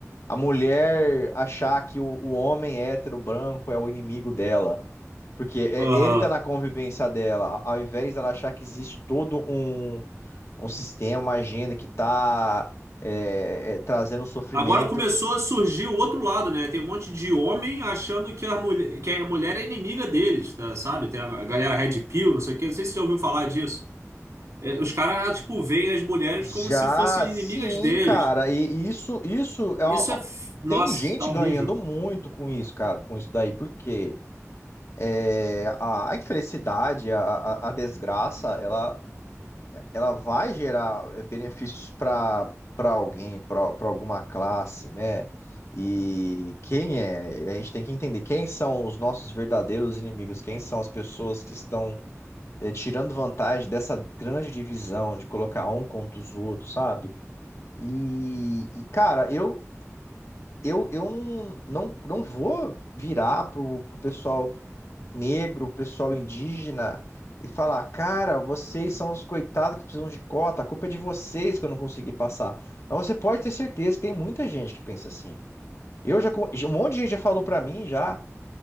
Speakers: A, on the left; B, on the right.
A: a mulher achar que o, o homem hétero branco é o inimigo dela. Porque é-
B: Aham.
A: ele tá na convivência dela, a- ao invés dela achar que existe todo um, um sistema, uma agenda que tá é, é, trazendo sofrimento.
B: Agora começou a surgir o outro lado, né? Tem um monte de homem achando que a mulher, que a mulher é inimiga deles, tá? Sabe? Tem a galera Red Pill, não sei o quê. Não sei se você já ouviu falar disso. É, Os caras, tipo, veem as mulheres
A: Já
B: como se fossem
A: sim,
B: inimigas deles.
A: cara, e e isso, isso é. uma-
B: Isso é. f- Nossa,
A: Tem gente
B: tá horrível.
A: ganhando muito com isso, cara, com isso daí, porque é, a, a infelicidade, a, a a desgraça, ela ela vai gerar eh, benefícios para para alguém, para alguma classe, né? E quem é? né? A gente tem que entender quem são os nossos verdadeiros inimigos, quem são as pessoas que estão eh, tirando vantagem dessa grande divisão de colocar um contra os outros, sabe? E, e, cara, eu eu, eu não, não, não vou virar pro, pro pessoal negro, pro pessoal indígena e falar, cara, vocês são os coitados que precisam de cota, a culpa é de vocês que eu não consegui passar. Mas você pode ter certeza que tem muita gente que pensa assim. Eu já, con- um monte de gente já falou pra mim já,